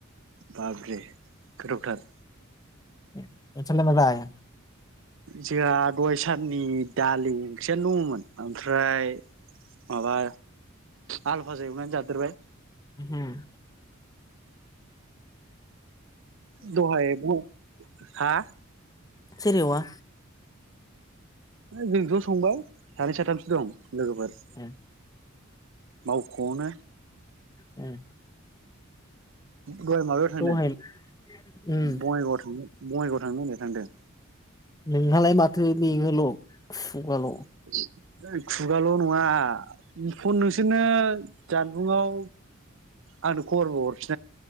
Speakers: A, on the right; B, on the left.
A: बाब रे गोथावथार
B: नोंस्रालाय मा लाया?
A: जोंहा दहाय साननि दालि ओंख्रियानो दङमोन ओमफ्राय माबा आलुफाजा एवनानै जादेरबाय।
B: होम
A: दहाय ओ हा
B: सोर एवा?
A: जोंनो ज'संबाय सानै साथामसो। दं लोगोफोर
B: उम
A: माव खनो
B: उम
A: दहाय माबायाव थांदों
B: दहाय उम
A: बङाइगावआव थांदों बङाइगाव थांनो होननाया थांदों?
B: नोंहालाय माथो लिङोल' खुगाल'।
A: <inaudible> खुगाल' नङा फन बिदिनो जानबुङाव आंनो खबर हर